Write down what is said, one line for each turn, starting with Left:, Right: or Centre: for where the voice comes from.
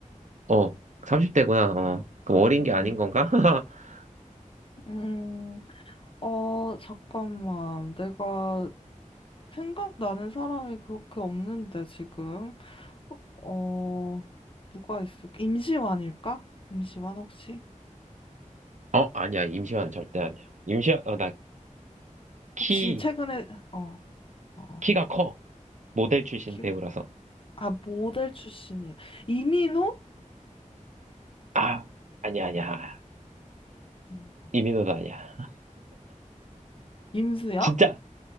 Right: 어 삼십 대구나 어 그럼 어린
Left: 음.
Right: 게 아닌 건가? <laughs>
Left: 음. 어, 잠깐만. 내가 생각나는 사람이 그렇게 없는데, 지금. 어, 누가 있을까? 임시완일까? 임시완 혹시?
Right: 어 아니야 임시완 절대 아니야. 임시완 어, 나 키
Left: 혹시 최근에, 어, 어, 어.
Right: 키가 커 모델 출신
Left: 키
Right: 배우라서
Left: 아, 모델 출신이. 이민호?
Right: 아 아니야 아니야.
Left: 임-
Right: 이민호도 아니야. <laughs>
Left: 임수연?
Right: 진짜